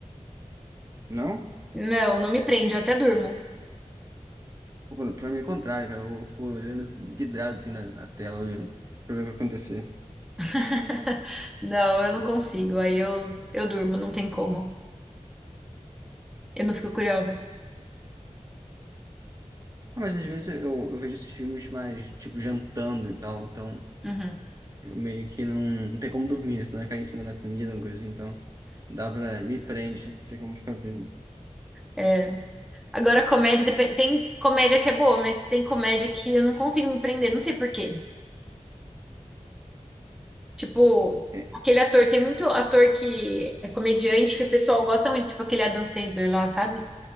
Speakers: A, on the right; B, in the centre.
A: Não?
B: Não, não me prende, eu até durmo.
A: Pô, Pra mim é o contrário, cara. Eu fico olhando vidrado assim na, na tela, olhando pra ver o que vai acontecer.
B: <laughs> Não, eu não consigo. Aí eu, eu durmo, não tem como. Eu não fico curiosa.
A: Ah, mas às vezes eu, eu vejo esses filmes mais, tipo, jantando e tal, então.
B: Uhum.
A: Eu meio que não, não tem como dormir, né? Se não vai cair em cima da comida, uma coisa assim, então dá pra. Me prende, não tem como ficar vendo.
B: É. Agora, comédia, depe- tem comédia que é boa, mas tem comédia que eu não consigo me prender, não sei por quê. Tipo,
A: É.
B: aquele ator, tem muito ator que é comediante que o pessoal gosta muito, tipo aquele Adam Sandler lá, sabe?